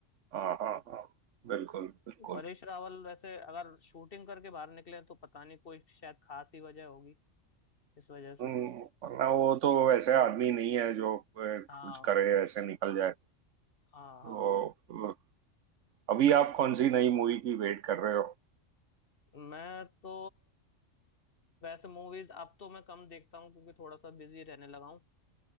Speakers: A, on the right; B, on the left.
A: हाँ हाँ हाँ बिल्कुल बिल्कुल
B: परेश रावल वैसे अगर शूटिंग करके बाहर निकले तो पता नहीं कोई शायद खास ही वजह होगी इस वजह से
A: हम्म, वरना वो तो वैसे आदमी नहीं है जो अ,
B: हाँ
A: कुछ करे ऐसे निकल जाए
B: हाँ हाँ
A: तो अ, अभी आप कौन सी नई मूवी की वेट कर रहे हो
B: मैं तो वैसे मूवीज अब तो मैं कम देखता हूँ क्योंकि थोड़ा सा बिजी रहने लगा हूँ